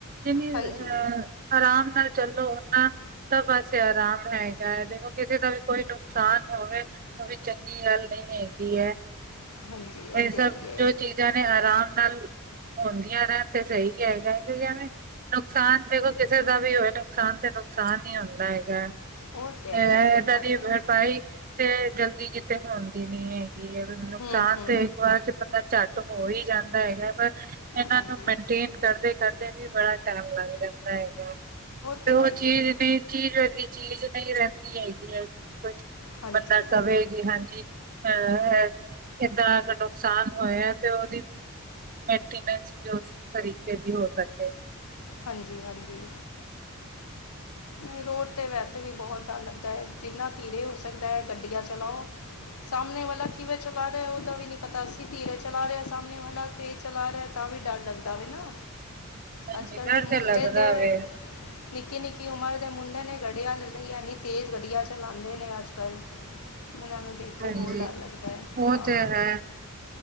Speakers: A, on the right; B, on the left.
A: ਜਿੰਨੀ
B: ਹਾਂਜੀ
A: ਅਹ ਆਰਾਮ ਨਾਲ ਚੱਲੋ ਓਨਾ ਸਭ ਪਾਸੇ ਆਰਾਮ ਹੈਗਾ ਹੈ। ਦੇਖੋ ਕਿਸੇ ਦਾ ਵੀ ਕੋਈ ਨੁਕਸਾਨ ਹੋਵੇ ਤਾਂ ਵੀ ਚੰਗੀ ਗੱਲ ਨਹੀਂ ਹੈਗੀ ਹੈ
B: ਹਾਂਜੀ ਉਹ
A: ਇਹ
B: ਤਾਂ
A: ਸਭ
B: ਹੈ ਹੀ ਹੈ
A: ਜੋ ਚੀਜ਼ ਜਾਣੇ ਆਰਾਮ ਨਾਲ ਆਉਦੀਆਂ ਰਹਿਣ ਤੇ ਸਹੀ ਹੈਗਾ ਕਿਊਕਿ ਐਵੇ ਨੁਕਸਾਨ ਦੇਖੋ ਕਿਸੇ ਦਾ ਵੀ ਹੋਵੇ ਨੁਕਸਾਨ ਤੇ ਨੁਕਸਾਨ ਹੀ ਹੁੰਦਾ ਹੈਗਾ
B: ਉਹ ਤਾਂ ਹੈ ਹੀ
A: ਇਏਦਾਂ
B: ਹੈ ਸਹੀ ਗੱਲ
A: ਦੀ
B: ਹੈ
A: ਭਰਪਾਈ ਤੇ ਜਲਦੀ ਕਿਤੇ ਹੁੰਣਦੀ ਨੀ ਹੈਗੀ ਹੈ ਨੁਕਸਾਨ
B: ਹੂੰ ਹੂੰ
A: ਤੇ ਇੱਕ ਵਾਰ ਜ ਬੰਦਾ ਝੱਟ ਹੋ ਹੀ ਜਾਂਦਾ ਹੈਗਾ ਪਰ ਇਹਨਾਂ
B: ਹਾਂਜੀ
A: ਨੂੰ ਮੇਨਟੇਨ ਕਰਦੇ ਕਰਦੇ ਵੀ ਬੜਾ ਟਾਈਮ ਲੱਗ ਜਾਂਦਾ ਹੈਗਾ
B: ਤਾਂ
A: ਤੇ ਉਹ
B: ਹੈ ਹੀ
A: ਚੀਜ਼
B: ਹੈ
A: ਦੀ ਚੀਜ਼ ਵਰਗੀ ਚੀਜ਼ ਨਹੀਂ ਰਹਿੰਦੀ ਹੈਗੀ ਹੈ ਕਿ ਕੁਛ
B: ਹਾਂਜੀ
A: ਬੰਦਾ ਕਵੇ ਕਿ ਹਾਂਜੀ ਅਹ ਏਦਾਂ ਅ ਨੁਕਸਾਨ ਹੋਇਆ ਤੇ ਉਹਦੀ ਮੈਂਟੈਂਸ ਵੀ ਉਸ ਤਰੀਕੇ ਦੀ ਹੋ ਸਕੇ
B: ਹਾਂਜੀ ਹਾਂਜੀ ਨਹੀਂ ਰੋਡ ਤੇ ਵੈਸੇ ਵੀ ਬਹੁਤ ਡਰ ਲੱਗਦਾ ਹੈ ਜਿੰਨਾ ਧੀਰੇ ਹੋ ਸਕਦਾ ਹੈ ਗੱਡੀਆਂ ਚਲਾਓ ਸਾਹਮਣੇ ਵਾਲਾ ਕਿਵੇ ਚ ਬਾਹਹਾ ਉਹਦਾ ਵੀ ਨੀ ਪਤਾ ਸੀ ਧੀਰੇ ਚਲਾ ਰਿਹਾ ਸਾਹਮਣੇ ਵਾਲਾ ਤੇਜ਼ ਚਲਾ ਰਿਹਾ ਤਾਂ ਵੀ ਡਰ ਲੱਗਦਾ ਵੇ ਨਾ
A: ਹਾਂਜੀ
B: ਅੱਜ ਕੱਲ੍ਹ
A: ਡਰ
B: ਮੁੰਡੇ
A: ਲੱਗਦਾ
B: ਤੇ
A: ਵੇ
B: ਨਿੱਕੇੀ ਨਿੱਕੀ ਕੀ ਉਮਰ ਦੇ ਮੁੰਡੇ ਨੇ ਗੱਡੀਆਂ ਲੈ ਲਈ ਇੰਨੀ ਤੇਜ਼ ਗੱਡੀਆਂ ਚਲਾਉਂਦੇ ਨੇ ਅੱਜ ਕੱਲ੍ਹ ਉਹਨਾਂ ਨੂੰ ਦੇਖ ਕੇ
A: ਹਾਂਜੀ
B: ਹੋਰ ਡਰ ਲੱਗਦਾ ਹੈ
A: ਉਹ
B: ਹਾਂ
A: ਤੇ ਹੈ